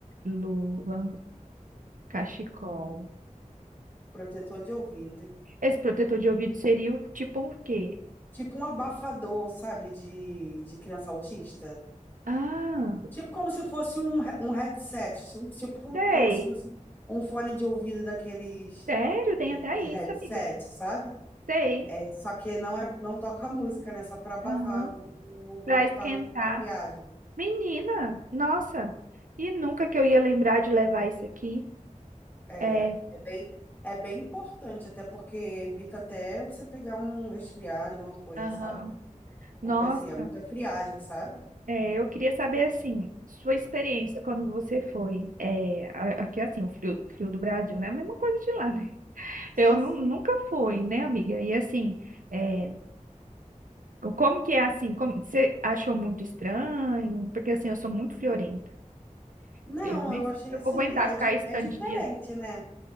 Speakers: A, on the right (about 90°); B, on the left (about 15°).
A: Luva, cachecol.
B: protetor de ouvido,
A: Esse protetor de ouvido seria o tipo um quê?
B: Tipo um abafador, sabe, de, de criança autista.
A: Ah,
B: Tipo como se fosse um, he- um headset, tipo tipo
A: sei.
B: como se fosse um fone de ouvido daqueles
A: Sério, tem até
B: de
A: isso,
B: headset,
A: amiga.
B: sabe?
A: Sei.
B: É, só que não é, não toca <laughs> música, né? Só para abafar
A: Aham.
B: o, o ouvido
A: Pra esquentar.
B: para não dar friagem.
A: Menina, nossa. E nunca que eu ia lembrar de levar isso aqui.
B: É,
A: É.
B: é bem, é bem importante, até porque evita até você pegar um resfriado, alguma coisa,
A: Aham.
B: sabe? Porque
A: Nossa.
B: assim, é muita friagem, sabe?
A: É, eu queria saber, assim, sua experiência quando você foi. É, a- aqui, assim, o frio, frio do Brasil, né? A mesma coisa de lá, né?
B: Sim,
A: Eu nu-
B: sim.
A: nunca fui, né, amiga? E, assim, é, co- como que é, assim? Como, você achou muito estranho? Porque, assim, eu sou muito friorenta.
B: Não,
A: Eu nem
B: eu
A: sei
B: achei
A: se eu
B: assim,
A: vou aguentar
B: é,
A: ficar
B: di
A: esse
B: é
A: tanto
B: diferente,
A: de dias.
B: né?